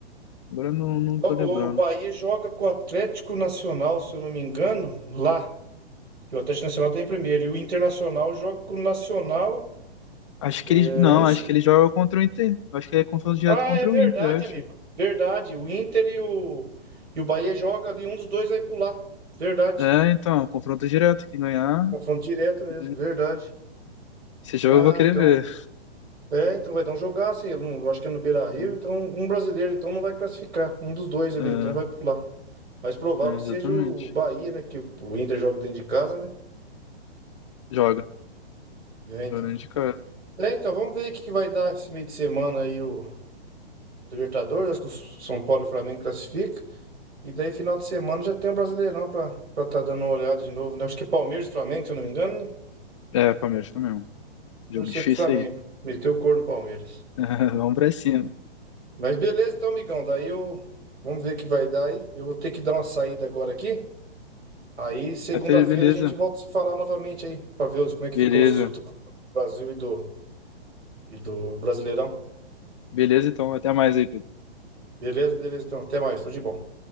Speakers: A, on the left; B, on the right.
A: Agora eu não, não
B: O,
A: tô lembrando.
B: o Bahia joga com o Atlético Nacional, se eu não me engano, lá. E o Atlético Nacional tá em primeiro. E o Internacional joga com o Nacional.
A: Acho que
B: é,
A: ele, não,
B: eu não sei.
A: acho que ele joga contra o Inter. Acho que é confronto direto
B: Ah,
A: contra
B: é verdade,
A: o Inter, eu acho.
B: amigo. Verdade. O Inter e o, e o Bahia joga ali. Um dos dois vai pular. Verdade.
A: É, então, confronto direto. Quem ganhar,
B: Confronto direto mesmo.
A: é.
B: Verdade.
A: esse jogo
B: Ah,
A: eu vou querer
B: então.
A: ver.
B: É, então vai dar um jogaço aí. Não- Eu acho que é no Beira-Rio.
A: É,
B: Então, um brasileiro então não vai classificar. Um dos dois ali,
A: é,
B: então vai pular. Mas provável
A: é,
B: que
A: exatamente.
B: seja o Bahia, né? Que o Inter joga dentro de casa, né?
A: Joga.
B: É, então.
A: Joga de cara.
B: É, então, vamos ver o que que vai dar esse meio de semana aí o Libertadores. Acho que o São Paulo e o Flamengo classificam. E daí, final de semana, já tem o Brasileirão pra estar tá dando uma olhada de novo. né? Acho que é Palmeiras e Flamengo, se eu não me engano, né?
A: É, Palmeiras Flamengo. Jogo
B: Torcer
A: difícil
B: pro Flamengo.
A: aí.
B: Meteu o corno no Palmeiras.
A: <laughs> Vamos pra cima.
B: Mas beleza, então, amigão. Daí eu. Vamos ver o que vai dar aí. Eu vou ter que dar uma saída agora aqui. Aí, segunda-feira,
A: Tá, Fê? Beleza.
B: a gente volta a se falar novamente aí, pra ver os- como é que
A: Beleza.
B: ficou os resultados do Brasil e do, e do Brasileirão.
A: Beleza, então. Até mais aí, Pedro.
B: Beleza, beleza, então. Até mais. Tudo de bom.